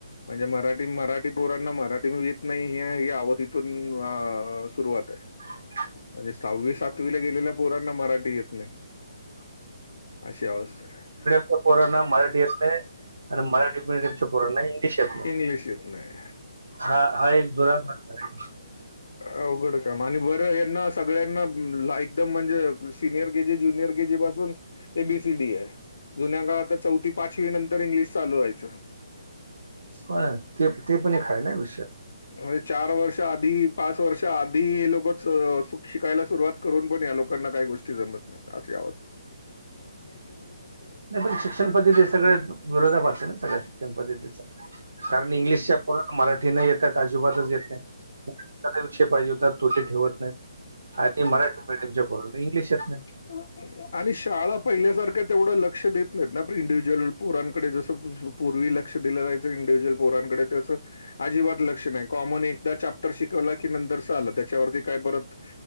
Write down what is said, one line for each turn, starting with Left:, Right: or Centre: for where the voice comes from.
Left: म्हणजे मराठी मराठी पोरांना मराठी मं येतं नाहीं आहे यांअवथीतूंन सुरुवांत आहे.
Right: हां
Left: म्हणजे सहावी सातवी लां गेलेला पोरांना मराठी येतं नाहीं. अशी अवस्थां आहे
Right: पोरोना मराठी येतं नाहीं आणि मराठी मिडियच्यां पोरांना इंग्लिश येतं
Left: आहे
Right: नाहीं
Left: इंग्लिश येत नाही
Right: हां एक दुरा आहे
Left: अवघंड कामे आणि बरं यांना सगळ्यांना एकदंम म्हणजे. Senior K G junior K G पासूंन एबीसीडी आहे. जुंन्या काळांत चौथी पाचवी नंतर इंग्लिश चालूं व्हायचं
Right: हो नां ते ते पणं खांय टामिन
Left: म्हणे चार वर्ष आंधी पांच वर्ष आंधी आंधी हे लोकांचं शिकांयला सुरुवांत करूंन पणं यां लोकांना कांहीं गोष्टीं जमतं नाहीं असी अवसतां आहे. ते
Right: नाहीं पणं शिक्षणं पद्धती हे सगळ्यां विरोधा भाषां नां सगळ्यां शिक्षणं पद्धतीचा कारणं इंग्लिशच्यां मराठी नाहीं येतांत आजोबातंच येतं नाहीं विषयं पाहिजे होतांत तुं ठेवतं नाहीं. आणि मराठी मीडयमच्यां पोरांना इंग्लिश येतं नाहीं.
Left: तुम्हीं कायं आणि शाळां पहिल्यांसारख्यां तेवढं लंक्ष देतं नाहींत नां पणं इंडिव्हज्युंअल पोरांकडे जसं पूर्वी लंक्ष दिलं जायचं इंडिव्हुजुंअल पोरांकडे तेचं अजिबांत लंक्ष नाहीं आहे कॉमन एकदाचं चॅप्टर शिकवला की नंतरच आलं त्यांच्यावरची कायं परंत